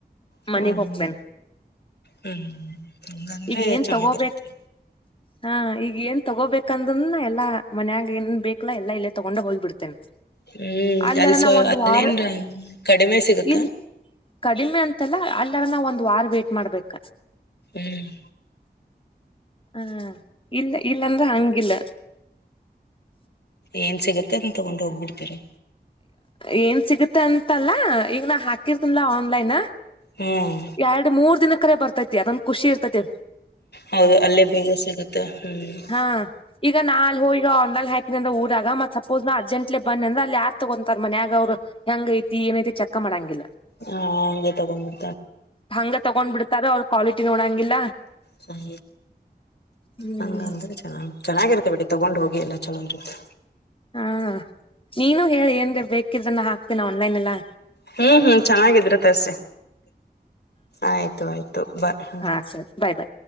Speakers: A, on the left (about 75°); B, on the left (about 30°).
A: ಹ್ಮ್ಮ
B: ಮನಿಗ್ ಹೋಗ್ತೇನ್
A: -ಹ್ಮ್ ಹಂಗಂದ್ರೆ
B: ಈಗ ಏನ್
A: ಚೆನ್ನಾಗಿರುತ್ತೆ
B: ತಗೋಬೇಕ, ಹಾ ಈಗ ಏನ್ ತಗೋಬೇಕಂದನ್ನ ಎಲ್ಲಾ ಮನ್ಯಾಗ ಏನ್ ಬೇಕಕ್ಲ್ಲಾ ಎಲ್ಲಾ ಇಲ್ಲೇ ತಗೊಂಡ ಹೋದ್ಬಿಡ್ತೇನೆ.
A: ಹ್ಮ್
B: ಅಲ್ಲಾರ
A: ಅಲ್ಸ
B: ನಾವ ಒಂದು
A: ಅಲ್ಲೇನ್ರ
B: ವಾರ
A: ಕಡಿಮೆ ಸಿಗುತ್ತಾ
B: ಇಲ್ ಕಡಿಮೆ ಅಂತ, ತ್ತಲ್ಲ ಅಲ್ಲಾರ ನಾವ್ ಒಂದು ವಾರ ವೇಟ್ ಮಾಡ್ಬೇಕ.
A: ಹ್ಮ್
B: ಹಾ- ಇಲ್ಲ ಇಲ್ಲಾಂದ್ರೆ ಹಂಗಿಲ್ಲ.
A: ಏನ್ ಸಿಗುತ್ತೆ ಅದನ್ ತೊಗೊಂಡ್ ಹೋಗ್ಬಿಡ್ತೀರಿ.
B: ಏನ್ ಸಿಗುತ್ತೆ ಅಂತಲ್ಲಾ ಈಗ ನಾ ಹಾಕಿರ್ತಿನ್ಲಾ ಆನ್ಲೈನ್,
A: ಹ್ಮ್
B: <unintelligible> ಎರಡು ಮೂರ್ ದಿನ ಕಡೆ ಬರ್ತೈತಿ ಅದಂದ ಖುಷಿ ಇರ್ೈತಿ
A: ಹೌದು ಅಲ್ಲೇ ಬೇಗ ಸಿಗುತ್ತೆ -ಹ್ಮ್-
B: ಹಾ ಈಗ ನಾಲ್ ಹೋಗ ಈಗ ಒಂದ ಹಾಕಿದ ಅ್ರ ಊದಾಗ ಮತ್ ಸಪೋಸ್ ನಾ ಅರ್ಜೆಂಟ್ ಬಂದ್ರೆ ಅಲ್ಲಿ ಯಾರ್ ತಗೊಂತಾರೆ ಮನ್ಯಾಗಗ ಅವರು- ಹೆಂಗ ಐತಿ ಏನ ಐತಿ ಚಕ್ಕ ಮಾಡಂಗಿಲ್ಲ‌.
A: ಹಾ- ಹಗೆ ತಗೊಂಡಿ
B: ಹಂಗ ತಗೊಂಡ್ ಬಿಡ್ತಾರ ಅವ್ರ ಕ್ವಾಲಿಟಿ ನೋಡಂಗಿಲ್ಲ.
A: ಹ <inaudible>
B: ಹ್ಮ್
A: ನಂಗ ಅಂದ ಚ ಚೆನ್ನಾಗಿರುತ್ತೆ ಬಿಡಿ ತಗೊಂಡ್ ಹೋಗಿ ಎಲ್ಲ ಚೆಲಾಗಿರುತ್ತೆ.
B: ಹಾ -ನೀನು ಹೇಳಿ ಏನ್ ಬೇಕಿದನ್ನ ಹಾಕ್ತೀನ ಆನ್ಲೈನ್ ಎಲ್ಲಾ
A: ಹ್ಮ್ -ಹ್ಮ್ ಚೆನ್ನಾಗಿದ್ರೆ ತರ್ಸಿ ಆಯ್ತು ಆಯ್ತು ಹಬ್ಬ
B: ಹಾ ಸರಿ ಬಾಯ್ ಬಾಯ್